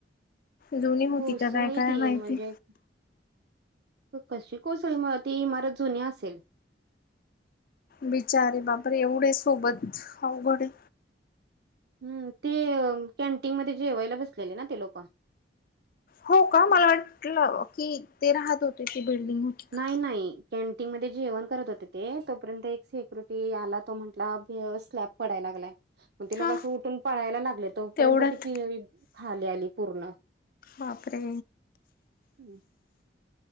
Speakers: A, on the left; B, on the right.
A: जुनी होती
B: हो
A: का
B: सोय
A: काय काय
B: त
A: माहिती
B: म्हणजे कशी कोसळी म ती इमारत जुनी असेल.
A: बिचार बापर एवढे सोबत अवघडे.
B: हम् ते कॅन्टीन मध्ये जे अवलेब असलेले ना ते लोक
A: हो का मला वाटलं की ते राहत होते तेी बिल्डिंग का
B: नाही नाही. कॅन्टीन मध्ये जेवण करत होते ते तोपर्यंत एक सेिक्युरिटी आला तो म्हटला स्लॅब. पडाय लागलाय. मग ते लोक
A: हा.
B: असं उठून पळायला लागले तोपर्यंत
A: तेवढ्यात
B: ती पिळी खाली आली पूर्ण
A: बाप रे!
B: हम्म.